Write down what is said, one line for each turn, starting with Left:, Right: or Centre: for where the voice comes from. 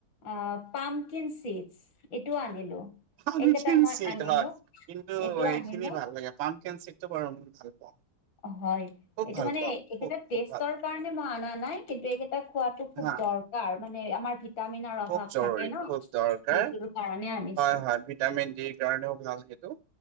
Left: অ পামকিন চিপচ এইটোও আনিলো
Right: পামকিন
Left: এইকেইটা মই
Right: চিট
Left: আনিলো
Right: হয় কিন্তু
Left: এইটো
Right: এইখিনি
Left: আনিলো
Right: ভাল লাগে পামকিন চিট এইটো বাৰু মই ভাল পাওঁ
Left: হয়
Right: খুব
Left: এইটো
Right: ভাল
Left: মানে
Right: পাওঁ
Left: একেটা
Right: খুব খুব
Left: টেষ্টৰ
Right: ভাল পাওঁ
Left: কাৰণে মই অনা নাই কিন্তু এটা খোৱাটো খুব
Right: হা
Left: দৰকাৰ মানে আমাৰ ভি ভিটামিনৰ
Right: খুব
Left: অভাৱ
Right: জৰুৰী
Left: থাকে ন
Right: খুব দৰকাৰ
Left: সেইটোৰ কাৰণে আনিছো।
Right: হয় হয় ভিটামিন ডিৰ কাৰণেও ভাল সেইটো।